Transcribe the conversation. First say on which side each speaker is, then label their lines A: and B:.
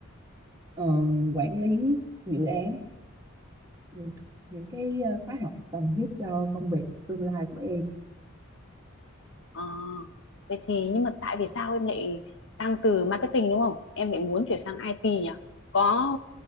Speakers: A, on the right (about 15°); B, on the left (about 60°).
A: ờ, quản lý dự án những, những cái ờ, khóa học cần thiết cho công việc tương lai của em
B: Ờ, vậy thì nhưng mà tại vì sao em lại đang từ marketing đúng không? Em lại muốn chuyển sang IT nhỉ? Có